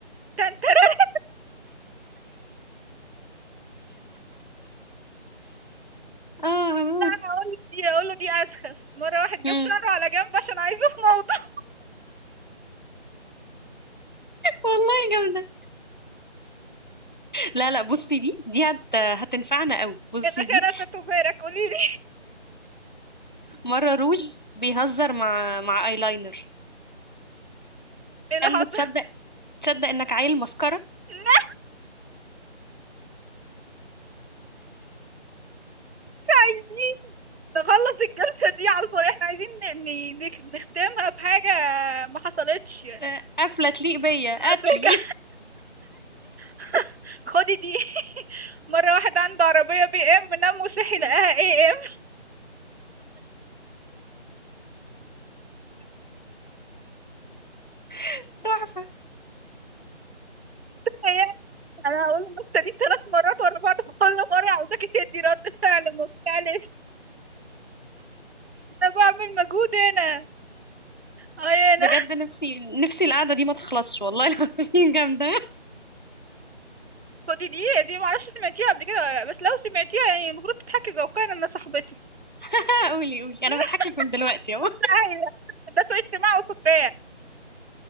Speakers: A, on the right; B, on the left.
A: تنترى
B: اه هموت
A: لا هقول له دي هقول له دي اسخف مره واحد جاب
B: مم.
A: شعره على جنب عشان عايزه في موضوع
B: والله جامدة لا لا بصي دي دي هت... هتنفعنا قوي
A: <laughs>
B: بصي
A: الاخره
B: دي
A: تبارك قولي لي
B: مرة روج بيهزر مع مع ايلاينر
A: <laughs> ايه اللي
B: قال
A: حصل
B: له تصدق تصدق انك عيل مسكرة
A: الناس عايزين نخلص الجلسه دي على الفاضي احنا عايزين ن- ن- نختمها بحاجه ما حصلتش يعني
B: آه، قفلة تليق بيا
A: نبهجة
B: قتل
A: <laughs> خدي دي مرة واحد عنده عربية بي ام نام وصحي لقاها اي ام
B: <laughs> تحفة
A: <laughs> هي انا هقول النكتة دي ثلاث مرات ورا بعض كل مرة عاوزاكي تدي رد فعل مختلف انا بعمل مجهود هنا اي انا
B: بجد نفسي نفسي القعدة دي ما تخلصش والله العظيم <laughs> جامدة
A: خدي دي دي معرفش سمعتيها قبل كده ولا لا بس لو سمعتيها يعني المفروض تضحكي ذوقيا ان صاحبتي
B: <laughs> قولي قولي انا
A: <laughs>
B: بضحك لك من دلوقتي اهو
A: عايزة ده سوء استماع وسخرية